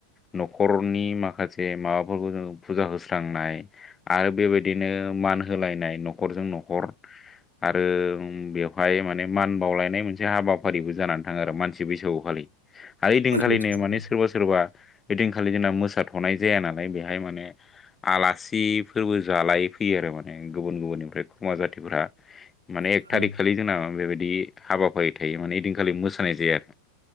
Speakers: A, on the left; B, on the right.
A: न'खरनि माखासे माबाफोरखौ जों फुजा होस्रांनाय आरो बेबायदिनो। मान होलायनाय न'खरजों न'खर आरो बेब। बेवहाय माने मान बावलायनाय मोनसे हाबाफारिबो जाना थाङो आरो मानसि बैसागु खालि। आरो इदिनखालिनो
B: मानसि बैसागु
A: माने सोरबा सोरबा ओइदिनख--। खालि जोंना मोसााथ'नाय जाया नालाय बेहाय माने आलासि फोरबो जालाय फैयो आरो माने। गुबुन गुबुननिफ्राय खमा जाथिफोरा। माने एक
B: औ
A: थारिख खालि जोंना बेबायदि हाबाफारि थायो माने ओइदिनखालि मोसानाय जायो आरो।